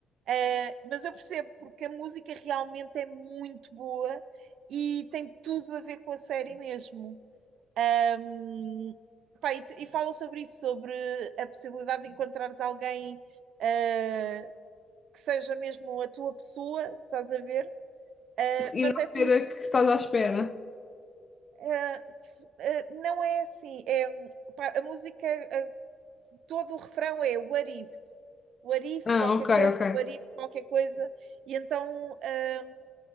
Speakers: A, on the right; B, on the left.
A: Eh, mas eu percebo porque a música realmente é muito boa e tem tudo a ver com a série mesmo. Um, pá, e, te- e falam sobre isso, sobre a possibilidade de encontrares alguém ah, que seja mesmo a tua pessoa, estás a ver? Ah,
B: E
A: mas
B: não
A: é tudo.
B: ser a que estás à espera.
A: ah, ah, não é assim. É, pá, a música, ah, todo o refrão é what if. What if,
B: Ah,
A: qualquer
B: ok,
A: coisa,
B: ok.
A: what if, qualquer coisa. E então. ah,